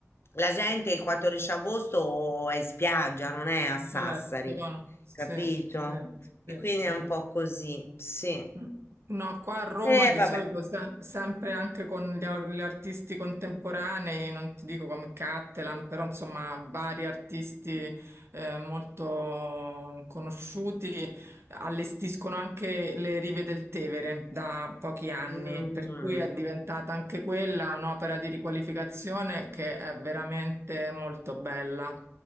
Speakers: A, on the left; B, on the right.
A: la gente il 14 agosto è in spiaggia, non è a Sassari,
B: certo, sì,
A: capito?
B: sì,
A: E
B: sì,
A: quindi
B: sì.
A: è un po' così, sì.
B: Mm. No, qua a Roma
A: E
B: di
A: vabbè.
B: solito se- sempre anche con gli, ar- gli artisti contemporanei, non ti dico come Cattelan, però insomma vari artisti eh, molto conosciuti allestiscono anche le rive del Tevere da pochi anni,
A: Mm,
B: per cui è diventata anche quella un'opera di riqualificazione che è veramente molto bella.